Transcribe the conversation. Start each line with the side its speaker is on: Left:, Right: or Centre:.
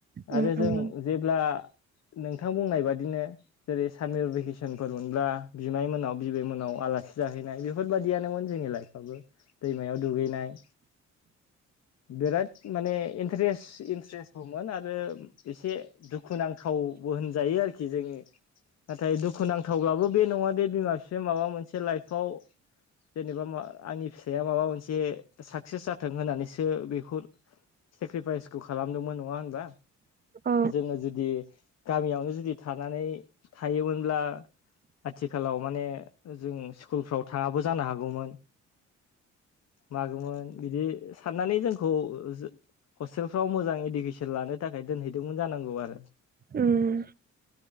Right: उम
Left: आरो जों
Right: उम
Left: जेब्ला नोंथां बुंनाय बादिनो जेरै सामेर भेकेसनफोर मोनब्ला बिमाय मोनाव बिबैमोनाव आलासि जाहैनाय बेफोरबायाददियानोन जोंनि लाइफाबबो दैमायाव दुगैनाय। <inaudible> बिराद माने इन्टारेस्ट इन्ट्रेस्टबोमोन आरो एसे दुखुुनांथाव। बो होनजायो आरोखि जोङो। नाथाय दुखुुनांथावब्लाबो बे नङा दे बिमा बिफाया माबा मोनसे लाइफआव जेनेबा मा आंनि फिसाया माबा मोनसे साक्सेस जाथों होननानैसो बेखौ सेक्रिफाइसखौ खालामदोंमोन नङा होनबा
Right: अ
Left: जोङो जुदि गामियावनो जुदि थानानै थायोमोनब्ला आथिखालाव माने जों स्कुलफ्राव थाङाबो जानो हागौमोन। मागौमोन बिदि साननानै जोंखौ जो हस्टेलफ्राव मोजां इडुकेसन लानो थाखाय दोनहैदोंमोन जानांगौ आरो।
Right: ओम।